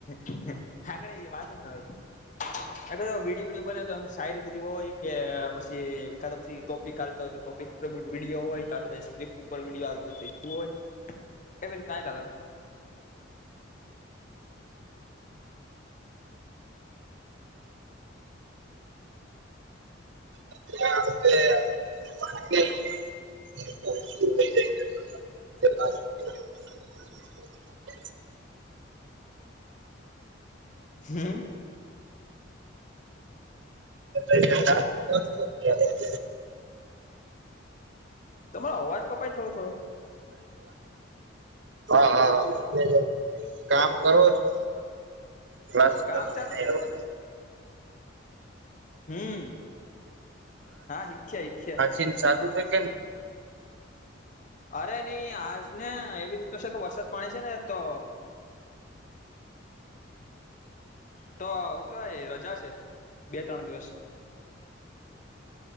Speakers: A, on the left; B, on the right.
A: <inaudible> આગળે એ વાત જ ના હોય. અગર વિડીયો બીડીયો બને તોમ સાાયરી સુધી હોય કે પછી કા તો પછી ટોપિક ચાલતો હોય તો ટોપિક ઉપર વિડીયો હોય કા તો પછી સ્ક્રિપ્ટ ઉપર વિડિયો હાલતો હોય એવી રીતે હાલ્યા કરે
B: <unintelligible>
A: <inaudible>
B: <unintelligible>
A: હમ્મ.
B: એ કે <unintelligible> <inaudible>
A: તમારો અવાજ કપાય થોડો થોડો
B: હા હા હા કામ કરો છો. ફ્લશ ડોર
A: કામ ચાલુ
B: ને
A: છે
B: એવું
A: કે હું છે હમ્મ હા શીખ્યા શીખ્યા.
B: શિન ચાલુ છે કે
A: અરે નઈ આજ ને એવી રીતનું છે કે વરસાદ પાણી છે ને તો તો હું કેવાય રજા છે બે ત્રણ દિવસ.